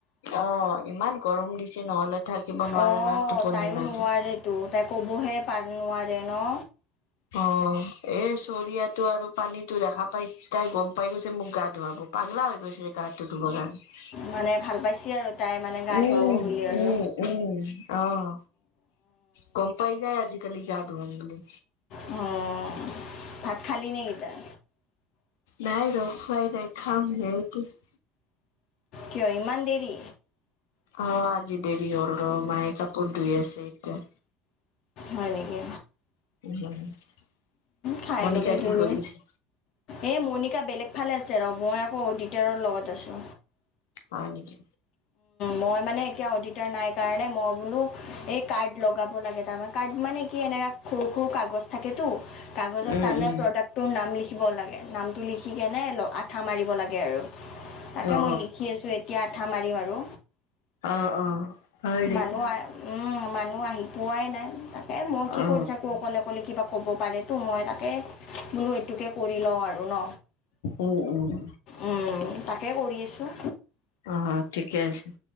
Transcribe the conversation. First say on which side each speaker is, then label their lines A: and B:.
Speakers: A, on the left; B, on the left.
A: অ' ইমান গৰম দিছে নহলে থাকিব নোৱাৰে
B: অ'
A: না টোপনি
B: তাইও
A: নাযায়
B: নোৱাৰেটো তাই ক'বহে নোৱাৰে ন।
A: অ' এই চৰিয়াাতটো আৰু পানীটো দেখা পাই তাই গম পাই গৈছে মোক গা ধুৱাব। পাগলা হৈ গৈছে গাহটো ধুবৰ কাৰণে।
B: মানে ভাল পাইচি আৰু। তাই মানে গা
A: উম,
B: ধুৱাব বুলি আৰু
A: উম, উম, অহ। গম পাই যায় আজিকালি গা ধুৱাম বুলি।
B: অ' ভাত। খালি নেকি তই
A: নাই ৰ খুৱাই ন খাম হে কি এতিয়া।
B: কিয় ইমান দেৰি।
A: অ' আজি দেৰি হ'ল ৰ মায়ে কাপোৰ ধুই আছে এতিয়া।
B: হয় নেকি।
A: <unintelligible>
B: খাই
A: মণিকা
B: ল'বি
A: কি
B: দুইও।
A: কৰি আছে
B: এই মণিকা বেলেগ ফালে আছে ৰ মই আকৌ অডিটাৰৰ লগত আছো।
A: হয় নেকি।
B: মই মানে এতিয়া অডিটাৰ নাই কাৰণে মই বোলো এই কাৰ্ড লগাব লাগে। ৰ কাৰ্ড মানে কি এনেকা সৰু সৰু কাগজ থাকেতটো কাগজত
A: উম
B: তাৰমানে
A: উম
B: প্ৰডাক্টটোৰ নাম লিখি নামটো লিখি কেনে আঠা মাৰিব লাগে আৰু। তাকে
A: অ
B: মই লিখি আছোঁ এতিয়া আঠা মাৰিম আৰু।
A: অ', অ'। হয় নেকি
B: মানুহ মানুহ আহি পোৱাই নাই তাকে মই কি
A: অ
B: কৰি থাকো। ক'লে ক'লে কিবা ক'ব পাৰেেতো মই তাকে বোলো এইটোকে কৰি লওঁ আৰু ন
A: উম উম
B: উম তাক তাকে কৰি আছোঁ।
A: অহ ঠিকে আছে।